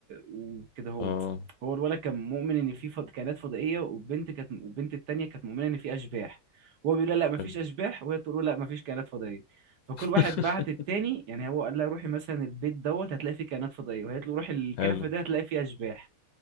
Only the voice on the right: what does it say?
وكده هوت
هو الولد كان مؤمن ان في فض... كائنات فضائيه والبنت كانت والبنت التانيه كانت مؤمنه ان في اشباح هو بيقول لها لا مفيش
اشباح وهي تقول له لا مفيش كائنات فضائيه فكل
واحد بعت التاني يعني هو قال لها روحي مثلا البيت دوت هتلاقي فيه كائنات فضائيه وهي تقول له روحي الكهف
ده هتلاقي فيه اشباح